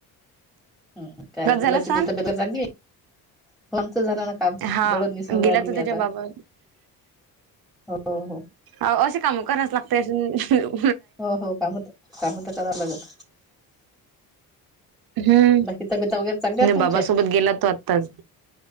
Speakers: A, in the centre; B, on the right.
A: हम
B: कस
A: काय म मुलाची
B: झाला सण
A: तब्येत हाय आता चागली <inaudible> झाला ना काम
B: हा
A: दळण मिसून
B: गेला
A: राहिली मी
B: तो त्याच्या
A: आता
B: बाबा
A: हो हो
B: अ अशी काम कराच लागते <inaudible>
A: हो हो काम त काम तर करावं लागल
B: हम
A: बाकी तब्येता
B: त्याच्या
A: वगैरे चांगल्या आहेत तुमच्या
B: बाबासोबत गेला तो आत्ताच